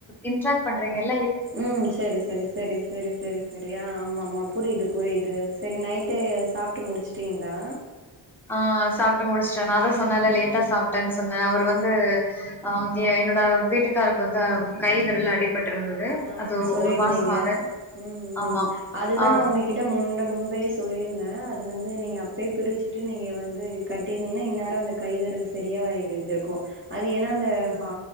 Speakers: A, in the centre; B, on the right (about 25°).
A: இன்ட்ராக்ட் பண்றீங்கல்ல
B: ம் சேரி சேரி சேரி சேரி சேரி செரியா ஆமமா புரிது புரிது செரி நைட்டு சாப்ட்டு முடிச்சிட்டிங்ளா
A: ஆ சாப்ட்டு முடிச்ட்ட நா தா சொன்னல்ல லேட்டா சாப்ட்டன் சொன்ன அவுரு
B: ஆ
A: வந்து ஆ என்னோட வீட்டுக்காருக்கு வந்து கை விரல் அடிபட்டு இருந்தது
B: ஆ
A: அது
B: சொல்லிருந்தீங்க
A: ஒரு மாசமாக
B: ம்
A: ஆமா
B: ம் அதுதான்
A: ஆ
B: அவங்க கிட்ட முன்ட முன்பையே சொல்லியிருந்தேன் அது வந்து நீங்க அப்பயே பிரிச்சுட்டு நீங்க வந்து க கட்டிருந்தீங்கனா இன்னேரம் அந்த கை விரல் செரியாய்ந்துருகும் அது ஏன்னா அந்த ஹா